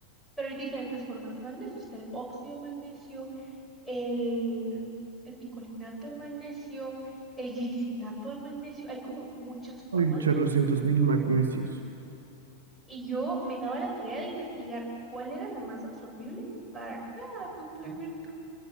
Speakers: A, in the centre; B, on the right (about 70°).
A: pero hay diferentes formas de magnesio. Está el óxido de magnesio, el, el picolinato de magnesio, el glicinato de magnesio, hay como muchas formas.
B: Hay chorrocientos mil magnesios.
A: Y yo me daba la tarea de investigar cuál era la más absorbible para cada suplemento.